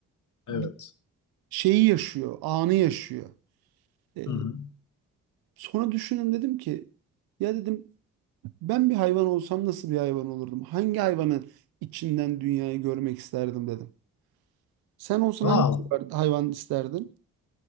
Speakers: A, on the left; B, on the right.
A: Evet.
B: Bir şeyi yaşıyor, anı yaşıyor. E,
A: Hı hı.
B: sonra düşündüm dedim ki ya dedim ben bir hayvan olsam nasıl bir hayvan olurdum? Hangi hayvanın içinden dünyayı görmek isterdim dedim. Sen olsan
A: Wow.
B: hangi hayvan isterdin?